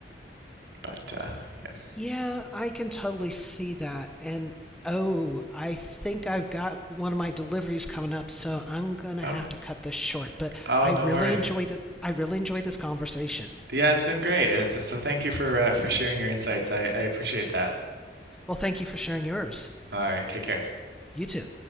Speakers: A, on the right; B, in the centre.
A: But uh, yeah,
B: Yeah, I can totally see that. And oh, I think I've got one of my deliveries coming up, so I'm going to
A: okay.
B: have to cut this short, but
A: Oh,
B: I
A: no
B: really
A: worries.
B: enjoyed it. I really enjoyed this conversation.
A: Yeah, it's been great. Uh, So thank you for uh, for sharing your insights. I, I appreciate that.
B: Well, thank you for sharing yours.
A: All right, take care.
B: You too.